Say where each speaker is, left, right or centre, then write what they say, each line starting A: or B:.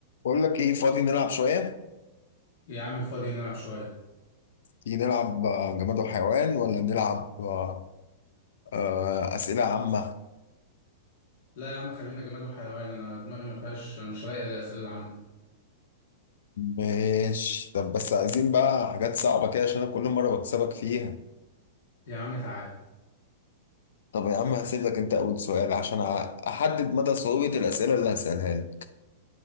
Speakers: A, on the left; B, on the left.
A: بقول لك ايه فاضي نلعب شوية
B: يا عم فاضي نلعب شوية
A: تيجي نلعب آه، جماد وحيوان ولا نلعب آه، آه، أسئلة عامة
B: لا يا عم خلينا جماد وحيوان أنا دماغي ما فيهاش مش رايقة للأسئلة العامة
A: ماشي طب بس عايزين بقى حاجات صعبة كده عشان أنا كل مرة بكسبك فيها
B: يا عم تعالى
A: طب يا عم هسيب لك انت اول سؤال عشان أع- احدد مدى صعوبة الأسئلة اللي هسألها لك